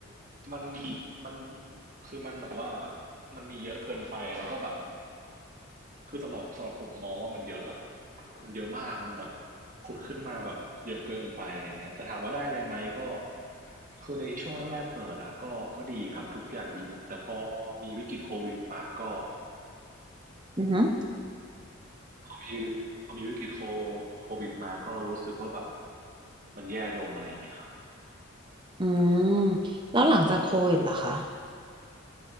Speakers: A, on the right (about 40°); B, on the right (about 20°).
A: มันมันคือมันแบบว่ามันมีเยอะเกินไปแล้วก็แบบคือสำหรับสำหรับผมมองว่ามันเยอะอะมันเยอะมากมันแบบผุดขึ้นมาแบบเยอะเกินไปอะไรเงี้ยแต่ถามว่าได้อะไรไหมก็คือในช่วงแรกๆเปิดอะก็ก็ดีครับทุกอย่างดีหมดแต่พอมีวิกฤตโควิดมาก็
B: อือหือ
A: มีพอมีวิกฤตโคโควิดมาก็รู้สึกว่าแบบมันแย่ลงอะไรอย่างเงี้ยครับ
B: อืมแล้วหลังจากโควิดล่ะคะ